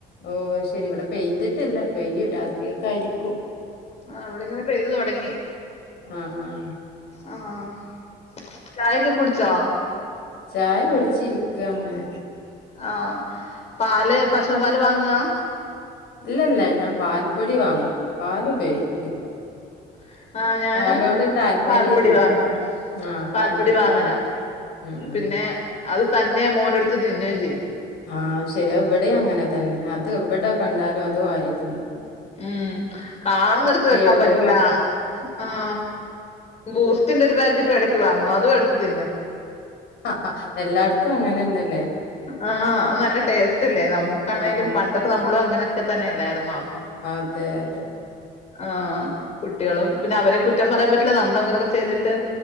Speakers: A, on the left; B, on the left.
A: ഓ അത് ശരി ഇവിടെ പെയ്തിട്ടില്ല പെയ്യും രാത്രിയൊക്കായിരിക്കും
B: ആഹ് ഇവിടിങ്ങനെ പെയ്തു തൊടങ്ങി
A: ആഹ് ആഹ്
B: ആഹ് ചായേക്കെ കുടിച്ചോ?
A: ചായ കുടിച്ചിരിക്കാ അങ്ങനെ
B: ആഹ് പാല് പശൂമ്പാല് വാങ്ങുവാ
A: ഇല്ല ഇല്ല ഞാൻ പാൽപ്പൊടി വാങ്ങും പാല് ഉപയോഗിക്കലില്ല
B: <unintelligible> ആഹ് ഞാനും
A: പാലോണ്ടൊരു താല്പര്യല്ല
B: പാൽപ്പൊടി വാങ്ങ
A: ആഹ്
B: പാൽപ്പൊടി വാങ്ങലാ
A: വാങ്ങും ഉം ഉം
B: പിന്നെ അത് തന്നെ മോനെടുത്ത് തിന്നേം ചെയ്യും
A: ആഹ് ശരിയ ഇവിടേം അങ്ങനെ തന്നെ അത് എവിട കണ്ടാലും അത് വാരിത്തിന്നും
B: ഉം കാണുന്നിടത്ത് വെക്കാൻ
A: എവിടെയും
B: പറ്റില്ല
A: വെക്കാൻ
B: ആഹ് ഈ ബൂസ്റ്റിന്റെ ഒരു പാക്കറ്റും എടക്ക് വാങ്ങും അതും എടുത്ത് തിന്നും
A: <unintelligible> എല്ലാടത്തും അങ്ങനെന്നല്ലേ
B: ആഹ് അത് നല്ല ടേസ്റ്റല്ലേ നമ്മുക്കാണേലും
A: ആഹ്
B: പണ്ടൊക്ക നമ്മളും അങ്ങനൊക്കെ തന്നെ അല്ലാരുന്നോ?
A: അതെ അതെ
B: ആഹ് കുട്ടികളും പിന്നെ അവരേം കുറ്റം പറയാൻ പറ്റില്ല നമ്മളങ്ങനൊക്ക ചെയ്തിട്ട്